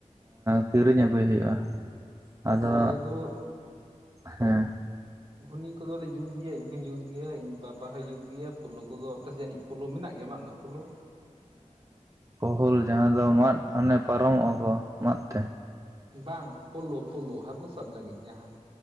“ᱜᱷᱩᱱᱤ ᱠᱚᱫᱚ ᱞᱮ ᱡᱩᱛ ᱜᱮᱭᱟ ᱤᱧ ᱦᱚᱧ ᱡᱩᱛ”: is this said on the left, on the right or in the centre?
Right